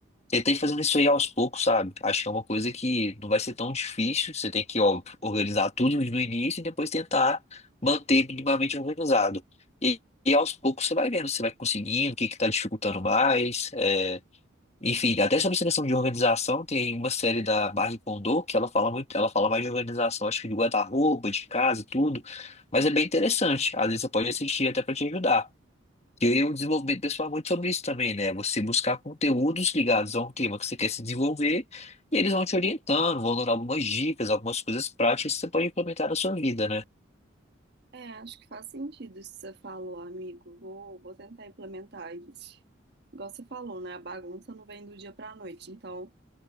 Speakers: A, on the left; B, on the right.
A: ele tem fazendo isso aí aos poucos, sabe? Acho que é uma coisa que não vai ser tão difícil. Você tem que, ó, organizar tudo no início e depois tentar manter minimamente organizado. E, e aos poucos você vai vendo, você vai conseguindo, o que que tá dificultando mais. é. Enfim, até sobre seleção de organização, tem uma série da Marie Kondo que ela fala muito, ela fala mais de organização, acho que de guarda-roupa, de casa e tudo. Mas é bem interessante. Às vezes você pode assistir até para te ajudar. E o desenvolvimento pessoal é muito sobre isso também, né? Você buscar conteúdos ligados a um tema que você quer se desenvolver e eles vão te orientando, vão dando algumas dicas, algumas coisas práticas que você pode implementar na sua vida, né?
B: É, acho que faz sentido isso que você falou, amigo. Vou, vou tentar implementar isso. Igual você falou, né? A bagunça não vem do dia pra noite, então.